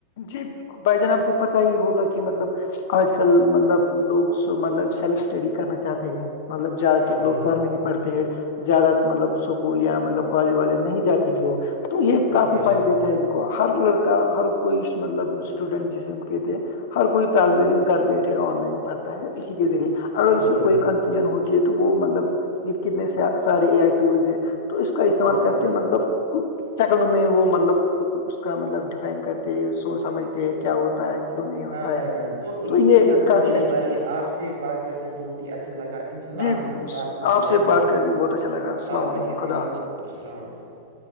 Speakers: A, on the left (about 55°); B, on the right (about 65°).
A: جی بالکل بھائی جان آپ کو پتا ہی ہوگا کہ مطلب آج کل مطلب لوگ س مطلب سیلف اسٹڈی کرنا چاہتے ہیں مطلب زیادہ
B: ہاں
A: تر
B: بھائی
A: لو گھر
B: جان
A: میں نہیں پڑھتے ہیں زیادہ مطلب اسکول یا مطلب کالج والج نہیں جاتے ہیں لوگ تو یہ
B: ہاں
A: کافی
B: بھائی جان
A: فائدہ دیتا ہے ان کو ہر لڑکا ہر کوئی مطلب اسٹوڈنٹ جسےم کہتے ہر کوئی طالب علم گھر بیٹھے آن لائن پڑھتا ہے اسی کے ذریعے اگر
B: ہاں
A: اس
B: بھائی
A: سے کوئی
B: جان
A: کنفیوژن ہوتی ہے تو وہ مطلب کتنے سارے اے آئی ٹولز ہیں تو اس کا استعمال
B: ہاں بھائی
A: کرتے
B: جان
A: مطلب چکر میں وہ مطلب اس کا مطلب ڈفائن کرتے سو سمجھتے ہیں کیا ہوتا ہے کیوں نہیں ہوتا
B: ہاں
A: ہے
B: بھائی جان تو اسی
A: یہ
B: کے ساتھ
A: ایک
B: ساتھ
A: کافی
B: میرے
A: اچھی
B: بھائی
A: چیز ہے
B: آپ سے بات کر کے بہت ہی اچھا لگا انشاء اللہ
A: جی
B: آگے بھی بات ہوتی
A: آپ سے
B: رہے
A: بات
B: گی
A: کر بھی بہت اچھا لگا السلام
B: آپ
A: علیکم
B: کا شکریہ
A: خدا حافظ
B: السلام علیکم